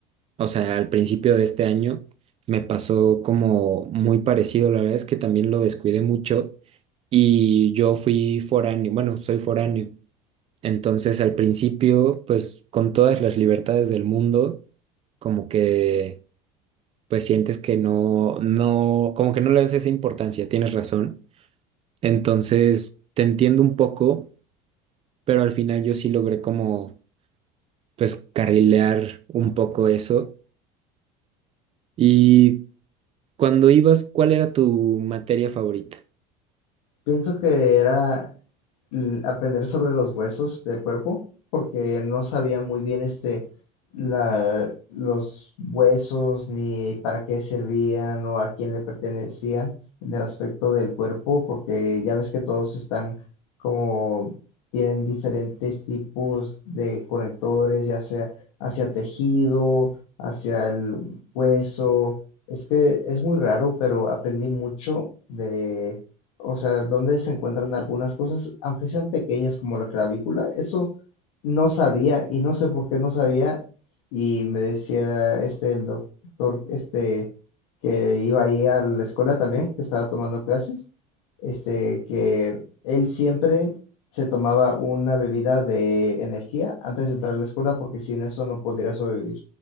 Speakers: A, on the right; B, on the left.
A: o sea, al principio de este año me pasó como muy parecido, la verdad es que también lo descuidé mucho y yo fui foráneo, bueno, soy foráneo, entonces al principio, pues con todas las libertades del mundo, como que, pues sientes que no, no, como que no le das esa importancia, tienes razón, entonces te entiendo un poco, pero al final yo sí logré como, pues carrilear un poco eso. Y Cuando ibas, ¿cuál era tu materia favorita?
B: Pienso que era l- aprender sobre los huesos del cuerpo, porque no sabía muy bien este la, los huesos ni para qué servían o a quién le pertenecían en el aspecto del cuerpo, porque ya ves que todos están como tienen diferentes tipos de conectores, ya sea hacia tejido, hacia el hueso. Es que es muy raro, pero aprendí mucho de o sea, donde se encuentran algunas cosas, aunque sean pequeñas como la clavícula, eso no sabía y no sé por qué no sabía y me decía este el doctor este que iba ahí a la escuela también, que estaba tomando clases, este que él siempre se tomaba una bebida de energía antes de entrar a la escuela porque sin eso no podría sobrevivir,